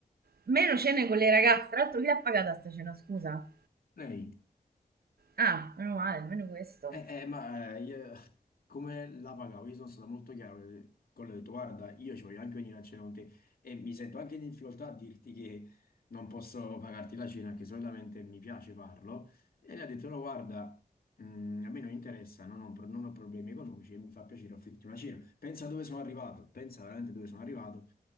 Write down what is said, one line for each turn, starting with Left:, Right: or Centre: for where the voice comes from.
Right: meno cene con le ragazze, tra l'altro chi l'ha pagata sta cena, scusa?
Left: Lei?
Right: Ah, meno male, almeno questo.
Left: Eh, eh, ma eh, io come la pagavo? Io sono stato molto chiaro eh, con lei, ho detto, guarda, io ci voglio anche venire a cena con te e mi sento anche in difficoltà a dirti che non posso pagarti la cena, che solitamente mi piace farlo. E lei ha detto, no, guarda, mm, a me non interessa, non ho, pro- non ho problemi economici, e mi fa piacere offrirti una cena. Pensa dove sono arrivato, pensa veramente dove sono arrivato,